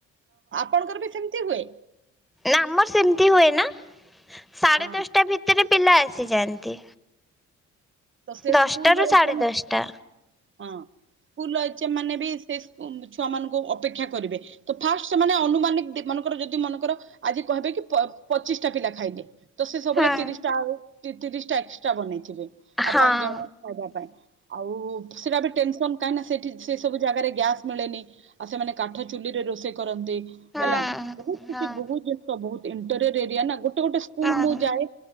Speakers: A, on the right; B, in the centre.
A: ତମ ଘରେ ସେମିତି ହୁଏ?
B: ନା ଆମର ସେମିତି ହୁଏ ନା ସାଡେ
A: ହଁ
B: ଦଶଟା ଭିତରେ ପିଲା ଆସିଯାଆନ୍ତି।
A: ତ ସେ
B: ଦଶଟାରୁ
A: ସ୍କୁଲ ର
B: ସାଢେ
A: ହଁ
B: ଦଶଟା
A: ସ୍କୁଲ ସେମାନେ ବି ସେ ଛୁଆ ମାନଙ୍କୁ ଅପେକ୍ଷା କରିବେ। ତ ଫାଷ୍ଟ ସେମାନେ ଅନୁମାନିକ ମନେକର ଯଦି ମନେକର ଆଜି କହିବେ କି ପଚିଶ ଟା ପିଲା ଖାଇଲେ ତ ସେ ସବୁବେଳେ
B: ହୁଁ
A: ତିରିଶ ଟା ଆ ଏକତିରିଶ ଟା ଏକ୍ସଟ୍ରା ବନେଇଥିବେ। ଆଉ
B: ହଁ
A: ପାଞ୍ଚ ଜଣ ଖାଇବା ପାଇଁ ଆଉ ସେଟା ବି ଟସନ କାହିଁ ନା ସେଠି ସେ ସବୁ ଜାଗାରେ ଗ୍ୟାସ ମିଳେନି, ଆଉ ସେମାନେ କାଠ ଚୁଲିରେ ରୋଷେଇ କର କରନ୍ତି
B: ହଁ
A: ହେଲା ବହୁତ କିଛି
B: ହଁ
A: ବହୁତ ଜିନିଷ ବହୁତ ଇଣ୍ଟରେଟ୍ ଏରିଆ ନା ଗୋଟେ ଗୋଟେ ଗୋଟେ ସ୍କୁଲ
B: ହଁ
A: ମୁଁ ଯାଏ